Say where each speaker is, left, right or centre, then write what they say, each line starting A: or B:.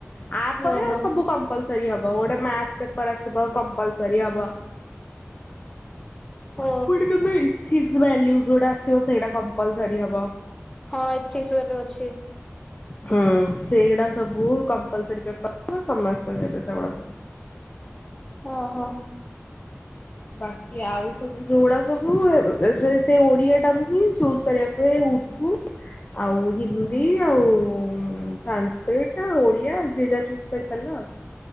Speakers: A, on the left; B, on the left.
A: ତାପରେ
B: ଓହୋ
A: ଆଉ ସବୁ କ- କମ୍ପ୍ଲସରି ହବ ଗୋଟେ ମାଥ ପେପର ଆସିବ କ କଲ୍ କରି ହବ
B: ଓ
A: ଯୋଟା ଆସିବ ସେଇଟା କଲ ହବ।
B: ହଁ ଏଥି ସଆ ଅଛି।
A: ହୁଁ ସେଇଗୁଡା ସବୁଲ ସମସ୍ତେବେ ସେଗୁଡା ସବୁ।
B: ହଁ ହଁ।
A: ବାକି ଆଉ ସବୁ ଯୋଉଡା ସବୁ ସେ ଓଡିଆ ଟାରୁ ହିଁ ଚୁଜ କରିବାକୁ। ଏ ର୍ଦ୍ଦୁ। ଆଉ ହିନ୍ଦୀ ଆଉ ସାଂସ୍କ୍ରିଟ ଓଡିଆ ଯିଏ ଯାହା ଚୁଜ୍ କରିପାରିଲା ଆଉ।